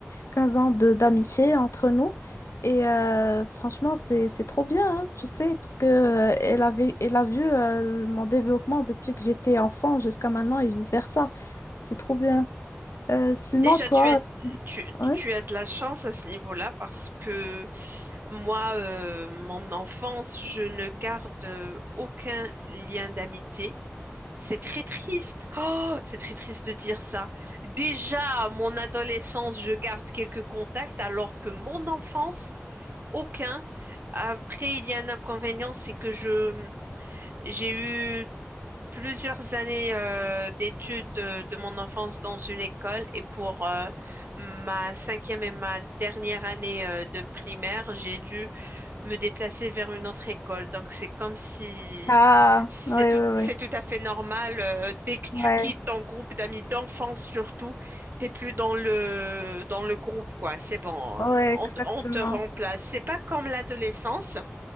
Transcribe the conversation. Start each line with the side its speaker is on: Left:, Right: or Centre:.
Left: 15 ans de d'amitié entre nous. Et euh, franchement, c'est c'est trop bien, hein, tu sais, parce que euh, elle avait elle a vu euh, mon développement depuis que j'étais enfant jusqu'à maintenant et vice-versa. C'est trop bien. Euh, sinon,
Right: Déjà,
Left: toi,
Right: tu es, tu,
Left: oui.
Right: tu as de la chance à ce niveau-là parce que moi, euh, mon enfance, je ne garde euh, aucun lien d'amitié. C'est très triste. Oh, c'est très triste de dire ça. Déjà, à mon adolescence, je garde quelques contacts alors que mon enfance, aucun. Après, il y a un inconvénient, c'est que je, j'ai eu plusieurs années euh, d'études euh, de, mon enfance dans une école et pour euh, ma cinquième et ma dernière année euh, de primaire, j'ai dû me déplacer vers une autre école. Donc c'est comme si
Left: Ah,
Right: c'est
Left: oui,
Right: tout,
Left: oui,
Right: c'est
Left: oui.
Right: tout à fait normal. euh, dès que tu
Left: Ouais,
Right: quittes ton groupe d'amis d'enfance surtout, t'es plus dans le dans le groupe quoi. C'est bon,
Left: ouais,
Right: euh, on,
Left: exactement.
Right: te- on te remplace. C'est pas comme l'adolescence.